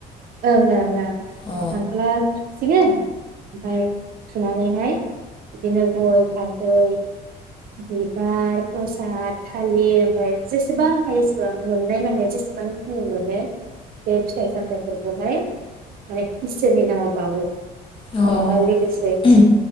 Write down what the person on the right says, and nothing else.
ओं ओं ओं
खांख्ला। सिगां ओमफ्राय सुनानै। है। बिदिनो गय फानथै। बिबार प्रसाद थालिर ओमफाय जेसेबां हायो एसेबां मोननाय माने जेसेबांखि मोनो बे फिथाइ सामथाइफोरखौहाय माने इसोरनि नामाव बावो।
ओमफाय <unintelligible>